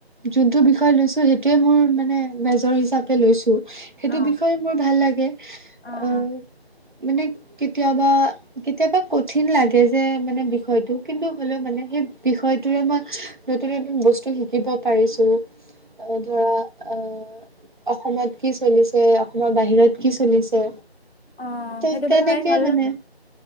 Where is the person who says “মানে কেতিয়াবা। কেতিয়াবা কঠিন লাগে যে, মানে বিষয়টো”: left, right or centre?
Right